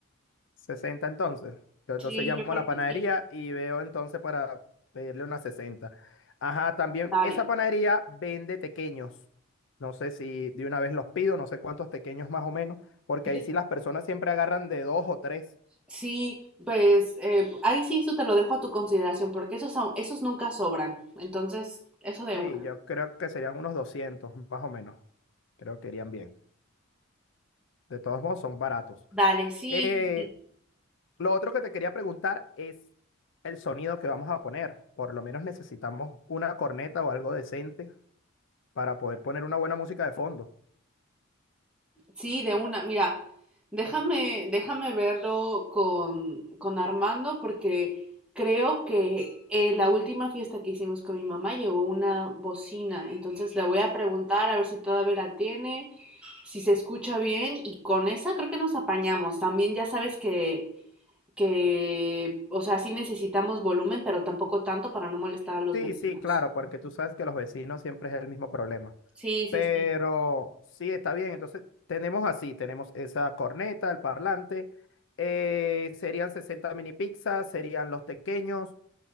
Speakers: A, on the left; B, in the centre.
A: sesenta entonces. Yo entonces
B: Sí,
A: llamo
B: yo creo
A: a la panadería
B: que sí.
A: y veo entonces para pedirle una sesenta Ajá, también
B: Vale.
A: esa panadería vende tequeños. No sé si de una vez los pido, no sé cuántos tequeños más o menos, porque
B: Ent-
A: ahí sí las personas siempre agarran de dos o tres.
B: Sí, pues eh, ahí sí, eso te lo dejo a tu consideración, porque esos, son- esos nunca sobran. Entonces, eso de
A: Sí,
B: una.
A: yo creo que serían unos 200 más o menos. Creo que irían bien. De todos modos, son baratos.
B: Vale, sí,
A: Eh,
B: sí, sí,
A: Lo otro que te quería preguntar es el sonido que vamos a poner. Por lo menos necesitamos una corneta o algo decente para poder poner una buena música de fondo.
B: sí, de una. Mira, déjame, déjame verlo con, con Armando porque creo que eh, la última fiesta que hicimos con mi mamá llevó una bocina, entonces le voy a preguntar a ver si todavía la tiene, si se escucha bien y con esa creo que nos apañamos. También ya sabes que, que, o sea, sí necesitamos volumen, pero tampoco tanto para no molestar a los
A: Sí,
B: vecinos.
A: sí, claro, porque tú sabes que los vecinos siempre es el mismo problema.
B: Sí, sí,
A: Pero
B: sí.
A: sí, está bien. Entonces, tenemos así, tenemos esa corneta, el parlante, eh, serían 60 mini pizzas, serían los pequeños,